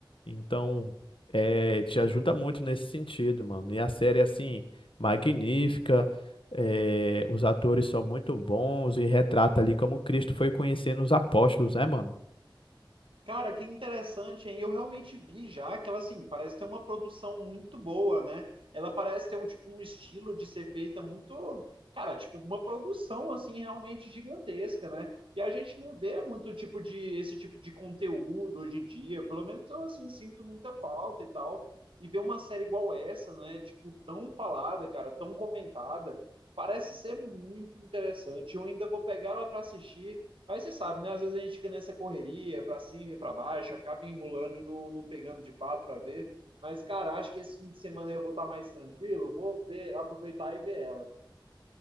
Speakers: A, on the left; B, on the right.
A: Então, é, te ajuda muito nesse sentido, mano. E a série, assim, magnífica. É, os atores são muito bons e retrata ali como Cristo foi conhecendo os apóstolos, né, mano?
B: Cara, que interessante, hein? Eu realmente vi já que ela, assim, parece ter uma produção muito boa, né? Ela parece ter um, tipo, um estilo de ser feita muito, cara, tipo, uma produção, assim, realmente gigantesca, né? E a gente não vê muito tipo de, esse tipo de conteúdo hoje em dia, pelo menos eu, assim, sinto muita falta e tal. E ver uma série igual essa, né? Tipo, tão falada, cara, tão comentada, parece ser muito interessante. Eu ainda vou pegar ela para assistir. Mas você sabe, né? Às vezes a gente fica nessa correria, para cima e para baixo, acaba enrolando e não, não pegando de fato para ver. Mas, cara, acho que esse fim de semana aí eu vou estar mais tranquilo, vou ver, aproveitar e ver ela.